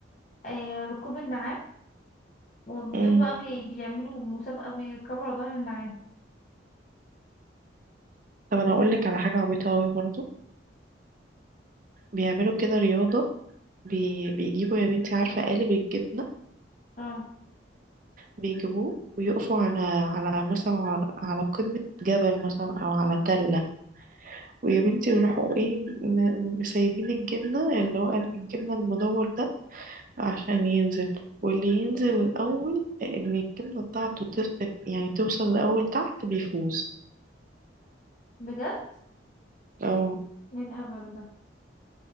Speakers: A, on the left; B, on the right.
A: آه، ركوب النعام ودول
B: م.
A: بقى بي... بيعملوا مسابقة بيركبوا على ظهر النعام
B: طب أنا أقولك على حاجة عبيطة أوي برضو بيعملوا كده رياضة بي بيجيبوا يا بنتي عارفة قالب الجبنة
A: اه
B: بيجيبوه ويقفوا على على مثلا على على قمة جبل مثلا أو على تلة ويا بنتي بيروحوا ايه م- مسيبين الجبنة اللي هو قالب الجبنة المدور ده عشان ينزل واللي ينزل الأول اللي الجبنة بتاعته تس- يعني توصل لأول تحت بيفوز
A: بجد
B: اه
A: ايه الهبل ده